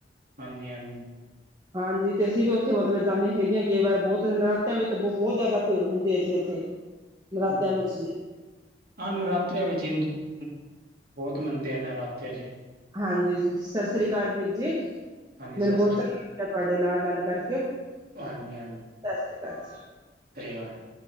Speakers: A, on the right; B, on the right.
A: ਹਾਂਜੀ ਹਾਂਜੀ,
B: <unintelligible> ਹਾਂਜੀ, ਤੇ ਅਸੀਂ ਵੀ ਉੱਥੇ ਮਤਲਬ ਜਾਂਦੇ ਹੈਗੇ ਆ ਕਈ ਵਾਰ ਬਹੁਤ ਨਰਾਤਿਆਂ ਵਿੱਚ ਬਹੁਤ ਜ਼ਿਆਦਾ ਭੀੜ ਹੁੰਦੀ ਐ ਜੀ ਉੱਥੇ <unintelligible>
A: ਹਾਂ,
B: ਵਿੱਚ ਜੀ
A: ਨਰਾਤਿਆਂ ਵਿੱਚ ਹਿੰਦੂ ਬਹੁਤ ਮੰਨਦੇ ਆ ਨਰਾਤਿਆਂ ਚ
B: ਹਾਂਜੀ ਜੀ, ਸਤਿ ਸ੍ਰੀ ਅਕਾਲ ਵੀਰ ਜੀ।
A: ਹਾਂਜੀ
B: ਮੈਨੂੰ
A: ਸਤਿ
B: ਬਹੁਤ
A: ਸ੍ਰੀ
B: ਚੰਗਾ ਲੱਗਗਾ ਤੁਹਾਡੇ ਨਾਲ ਗੱਲ ਕਰਕੇ ਸਤਿ
A: ਹਾਂਜੀ ਹਾਂਜੀ
B: ਸ੍ਰੀ ਅਕਾਲ ਜੀ।।
A: <unintelligible>